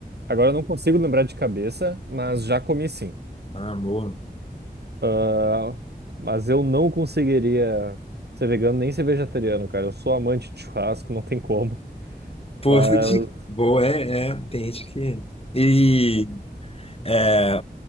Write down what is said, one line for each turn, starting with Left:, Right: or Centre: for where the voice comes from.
Right: agora eu não consigo lembrar de cabeça, mas já comi sim.
Left: Ah, amor.
Right: Ah, mas eu não conseguiria ser vegano nem ser vegetariano, cara. Eu sou amante de churrasco, não tem como.
Left: Pô,
Right: Mas
Left: você te- boa, é, é, tem gente que. E é,